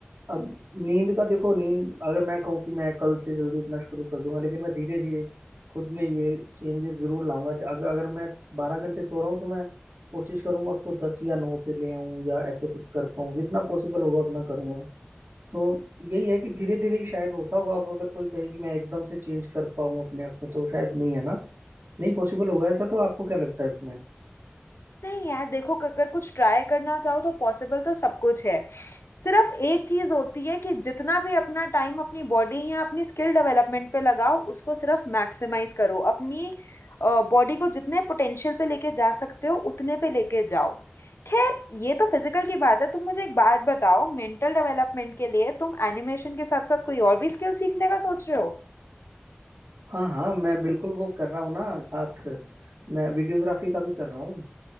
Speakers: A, on the right; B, on the left.
A: अब नींद का देखो नींद अगर मैं कहूँ कि मैं कल से जल्दी उठना शुरू कर दूंगा लेकिन मैं धीरे धीरे खुद में ये चेंजेस जरूर लाऊंगा अगर अगर मैं बारह घंटे सो रहा हूँ तो मैं कोशिश करूंगा उसको दस या नौ पे ले आऊँ या ऐसे कुछ कर पाऊँ जितना पॉसिबल होगा उतना करूंगा तो यही है कि धीरे धीरे ही शायद होता होगा अब अगर कोई कहे कि मैं एकदम से चेंज कर पाऊँ अपने आप में तो शायद नहीं है ना नहीं पॉसिबल होगा ऐसा तो आपको क्या लगता है इसमें
B: नहीं यार देखो अगर कुछ ट्राई करना चाहो तो पॉसिबल तो सब कुछ है सिर्फ एक चीज होती है कि जितना भी अपना टाइम अपनी बॉडी या अपनी स्किल डेवलपमेंट पे लगाओ उसको सिर्फ मैक्सिमाइज करो अपनी बॉडी को जितने पोटेंशियल पे लेके जा सकते हो उतने पे लेके जाओ खैर ये तो फिजिकल की बात है तुम मुझे एक बात बताओ मेंटल डेवलपमेंट के लिए तुम एनिमेशन के साथ साथ कोई और भी स्किल सीखने का सोच रहे हो
A: हाँ हाँ मैं बिल्कुल वो कर रहा हूँ ना साथ मैं वीडियोग्राफी का भी कर रहा हूँ